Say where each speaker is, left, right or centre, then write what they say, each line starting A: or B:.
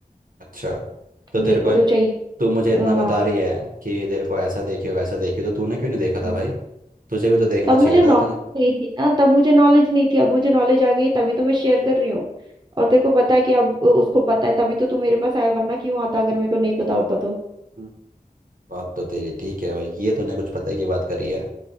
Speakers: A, on the right; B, on the right.
A: अच्छा तो तेरे
B: मेरे को
A: को
B: तो चाहिए
A: तू मुझे इतना
B: अ,
A: बता
B: हाँ
A: रही है कि तेरे को ऐसा देखियो वैसा देखियो तो तूने क्यों नहीं देखा था
B: हम्म।
A: भाई तुझे भी तो देखना
B: तब
A: चाहिए
B: मुझे
A: था
B: नॉलेज
A: तुझे
B: नहीं थी ना तब मुझे नॉलेज नहीं थी अब मुझे नॉलेज आ गई तभी तो मैं शेयर कर रही हूँ और तेरे को पता है कि अब अ, उसको पता है तभी तो तू मेरे पास आया वरना क्यों आता अगर मेरे को नहीं पता होता तो
A: हम्म। बात तो तेरी ठीक है भाई ये तूने कुछ पता की बात करी है